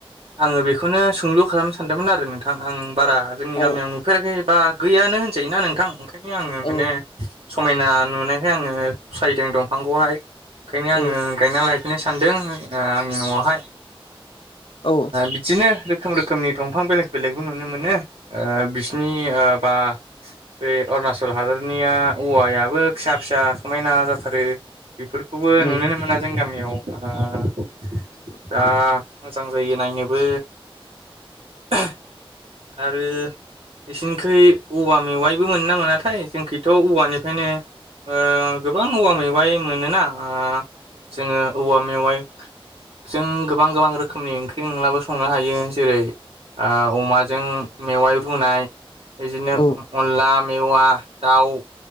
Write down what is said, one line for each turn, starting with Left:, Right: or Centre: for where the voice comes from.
Right: आङो बेखौनो सोंलु खालामनो सानदोंमोन आरो नोंथां आं बारा जोंनि
Left: औ
Right: गामियाव नुफेराखै बा गैयानो होनजायोना नोंथां ओंखायनो आङो माने
Left: औ
Right: समायना नुनायखाय आङो फसायदों दंफांखौहाय ओंखायनो आङो
Left: औ
Right: गायना लाय होनो सानदों ओ आंनि न'आवहाय
Left: औ
Right: बिदिनो रोखोम रोखोमनि दंफां बेलेग बेलेगबो नुनो मोनो ओ बिसिनि ओ बा बे अरुणचल हादरनिया औवायाबो फिसा फिसा समायना जाथारो बेफोरखौबो
Left: औ
Right: नुुनोनो मोना जों गामियाव ओ
Left: उ
Right: जा मोजां जायो नायनोबो ओ आरो इसि खै औवा मेवाइबो मोनो ना मोनाथाय जोंखैथ' औवानिफ्रायनो ओ गोबां औवा मेवाइ मोनोना ओ जोङो औवा मेवाइ जों गोबां गोबां रोखोमनि ओंख्रि ओंलाबो संनो हायो जेरै ओ अमाजों मेवाइ रुनाय बिदिनो
Left: औ
Right: अनला मेवा दाउ